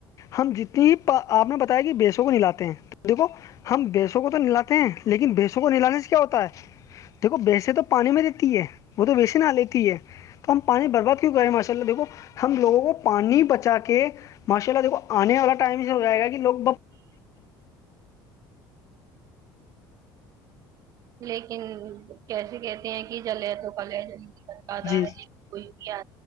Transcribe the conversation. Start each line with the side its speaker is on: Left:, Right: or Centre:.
Left: ہم جتنی آپ نے بتایا کہ بیسوں کو نلاتے ہیں دیکھو ہم بیسوں کو تو ناتے ہیں لیکن بیسوں کو نلانے سے ہوتا ہے دیکھو بییسے تو پانی میں دیتی ہے وہ تو ویس نہ لیتی ہے تو ہم پانی برباد کیوں کریں ماشاء اللہ دیکھو ہم لوگوں کو پانی بچا کے ماشاء اللہ دیکو آنے والا ٹائم اس ہو جائے گا کہ لوگ
Right: لیکن کیسے کہتے ہیں کہ جلے تو پل ج آ رہا
Left: جی
Right: ہے کوئی بھی آ